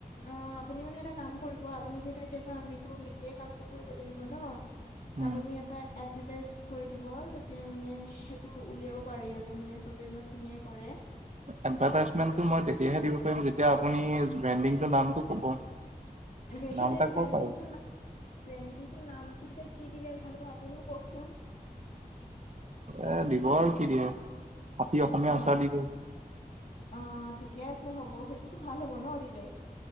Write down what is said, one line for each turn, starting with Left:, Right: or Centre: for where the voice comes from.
Left: অঁ আপুনি মানে এটা কাম কৰিব, আপুনি যিহেতু এতিয়াতো আমিতো মিলিয়ে কামটো কৰিব লাগিব ন।
Right: উম,
Left: আপুনি- এটা এডভাৰটাইজ কৰি দিব যাতে মানে সেইটো উলিয়াব পাৰি আৰু মানে চবেই ধৰ কিনিয়ে কৰে।
Right: এডভাৰটাইজটো মই তেতিয়াহে দিব পাৰিম যেতিয়া আপুনি ব্ৰেণ্ডিং নামটো কব।
Left: সেইটোৱেতো,
Right: নাম এটা কওক
Left: ব্ৰেণ্ডিংটো
Right: আৰু
Left: নাম- ব্ৰেণ্ডিং নামটো এতিয়া কি দিলে ভাল হব আপুনিও কওঁক চোন।
Right: এ দিব আৰু কি দিয়ে, খাতি অসমীয়া
Left: অ',
Right: আচাৰ দি দিওঁ।
Left: অ' ঠিকে আছে হ'ব, সেইটোতো ভাল হ'ব ন' দিলে।